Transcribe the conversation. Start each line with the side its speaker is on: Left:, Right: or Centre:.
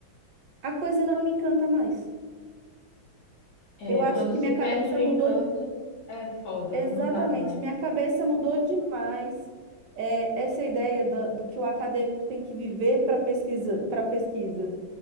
Right: a coisa não me encanta mais.
Left: É,
Right: Eu acho
Left: quando
Right: que
Left: se
Right: minha
Left: perde
Right: cabeça
Left: o encanto,
Right: mudou
Left: é foda,
Right: Exatamente,
Left: não dá mais.
Right: minha cabeça mudou demais. É, essa ideia da- do, que o acadêmico tem que viver para pesquisa, para pesquisa,